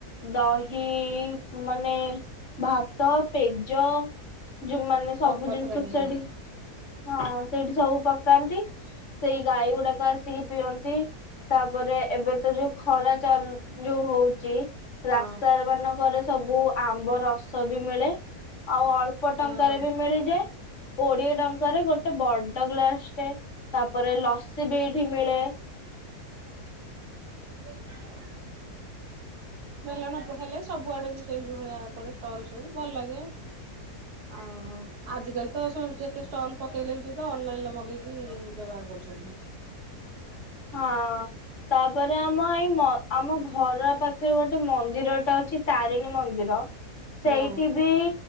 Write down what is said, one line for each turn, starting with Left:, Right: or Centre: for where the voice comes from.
Left: ଦହି ମାନେ ଭାତ ପେଜ ଯୋଉମାନେ ସବୁ
Right: ଟଙ୍କ
Left: ଜିନିଷ
Right: ତୋରାଣି ହଁ
Left: ସେଇଠି ହଁ ସେଇଠି ସବୁ ପକାନ୍ତି ସେଇ ଗାଈ ଗୁଡାକ ଆସି ପିଅନ୍ତି। ତାପରେ ଏବେ ତ ଯୋଉ ଖରା ଚାଲ ଯୋଉ ହଉଚି ରାସ୍ତାର
Right: ହଁ
Left: ମାନଙ୍କରେ ସବୁ ଆମ୍ବ ରସ ବି ମିଳେ ଆଉ ଅଳ୍ପ ଅଳ୍ପ
Right: ହଁ
Left: ଟଙ୍କାରେ
Right: ହଁ
Left: ବି ମିଳିଯାଏ କୋଡିଏ ଟଙ୍କା ରେ ଗୋଟେ ବଡ ଗ୍ଲାସଟେ ତାପରେ ଲସି ବି ଏଇଠି ମିଳେ।
Right: ଟୋଟାଳେ ଆସିନେହିଁ। ମେଲଣ ବି ହେଲେ ସବୁଆଡେ ବି ସେଇ ଭଳିଆ ପଡେ ଷ୍ଟଲ ସବୁ ଭଲ ଲାଗେ। <unintelligible> ଆଉ ଆଜିକାଲି ତ ସବୁ ଯେତେ ଷ୍ଟଲ୍ ପକେଇଲେ ବି ସେ ତ ଅନଲାଇନ ରେ ମଗେଇ ପକେଇକି ବ୍ୟବହାର କରୁଚନ୍ତି।
Left: ହଁ ତାପରେ ଆମ ଏଇ ଆମ ଘର ପାଖରେ ଗୋ ଗୋଟେ ମନ୍ଦିରଟେ ଅଛି ତାରିଣୀ ମନ୍ଦିର
Right: ହଁ
Left: ସେଇଠି ବି